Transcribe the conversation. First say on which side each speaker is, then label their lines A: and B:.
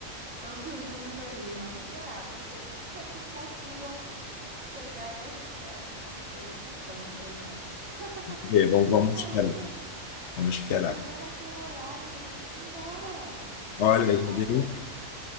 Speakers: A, on the right; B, on the left.
A: tão surgindo aí. Vamos esperar, torcer <laughs> para que consigam chegar aí ao sucesso, como teve Caetano, por exemplo.
B: Vê, Vamos,
A: E
B: vamos
A: caramba,
B: esperar.
A: amigo,
B: Vamos esperar.
A: eu tô vendo aqui o horário, eu já tenho que ir embora. Olha
B: Olha,
A: só,
B: já deu.
A: falar de